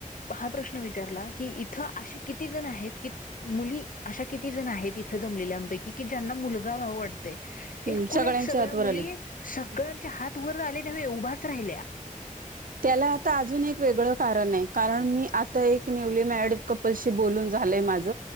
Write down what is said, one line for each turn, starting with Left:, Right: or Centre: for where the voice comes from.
Left: हा प्रश्न विचारला की इथ आशी किती जण आहेत की, मुली अशा किती जण आहेत इथ जमलेल्यांपैकी की ज्यांना मुल ाव वाटतय
Right: हम्म
Left: एकूण
Right: सगळ्यांच्या
Left: एक सगळ्या
Right: हातवर
Left: मुली
Right: आले
Left: सगळ्यांच्या हात वर आले म उभाच राहिल्या
Right: त्याला आता अजून एक वेगळ कारण आहे कारण मी आता एक न्यूली मॅड कपलशी बोलून झालय माझ